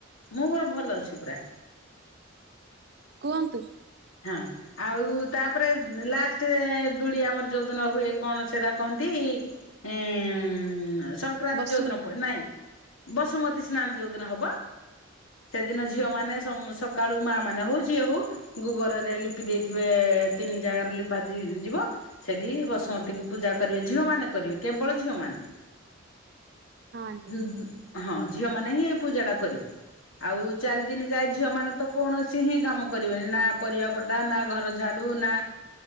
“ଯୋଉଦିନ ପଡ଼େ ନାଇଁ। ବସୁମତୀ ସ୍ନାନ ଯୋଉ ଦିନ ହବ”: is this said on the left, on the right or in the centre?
Left